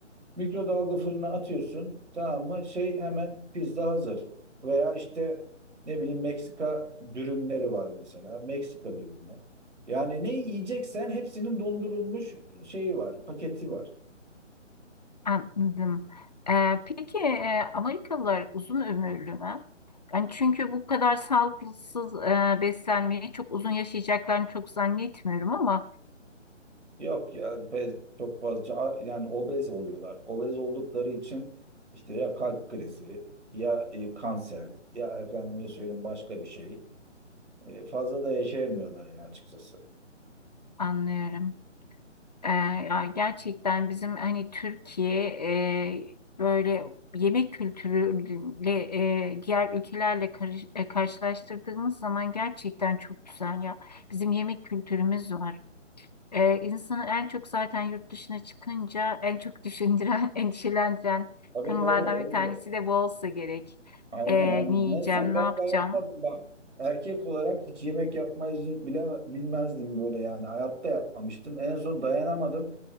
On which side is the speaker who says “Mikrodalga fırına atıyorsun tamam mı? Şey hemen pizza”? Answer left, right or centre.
Right